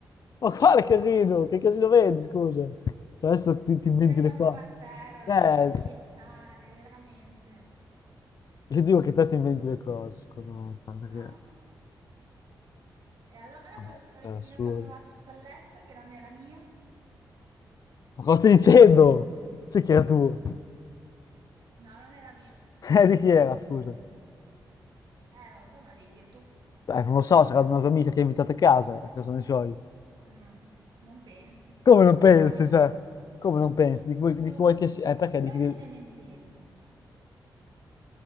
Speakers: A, on the left; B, on the right.
A: Ma quale casino? Che casino vedi, scusa? Se adesso ti, ti
B: Tutte
A: inventi
B: le cose
A: le cose.
B: per terra, lasciateli
A: Eh,
B: stare, veramente.
A: io dico che te ti inventi le cose, secondo me, cioè, perché...
B: No, no. E allora
A: vabbè,
B: quell'orecchino
A: cioè, è assurdo.
B: che ho trovato sotto al letto, che non era mio?
A: Ma cosa stai dicendo? Sì che era tuo. <laughs>
B: No, non era mio.
A: Eh, di chi era, scusa?
B: Eh, non lo so, me lo devi dire tu.
A: Cioè, non lo so, sarà di una tua amica che hai invitato a casa, a casa ne so io.
B: Mm, non penso.
A: Come non pensi,
B: Ah, ma
A: cioè? Come non pensi? Di chi vuoi,
B: non
A: di
B: lo
A: chi vuoi
B: so.
A: che sia? Eh, perché?
B: Secondo
A: Di chi...
B: me mi stai mentendo.